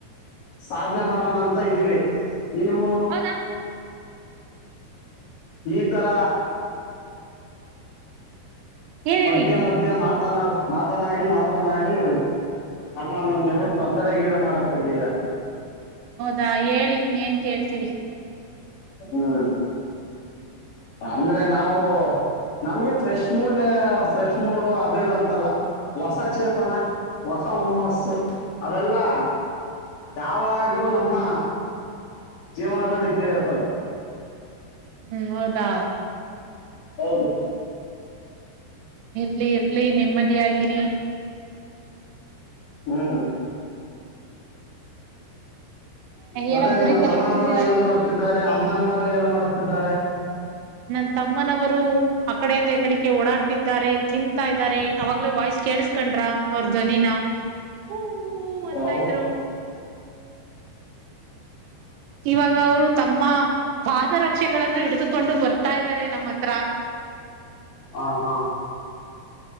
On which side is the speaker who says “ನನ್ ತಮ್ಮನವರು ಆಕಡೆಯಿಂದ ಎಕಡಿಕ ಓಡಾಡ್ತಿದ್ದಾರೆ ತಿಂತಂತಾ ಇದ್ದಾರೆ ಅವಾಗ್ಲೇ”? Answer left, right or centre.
Right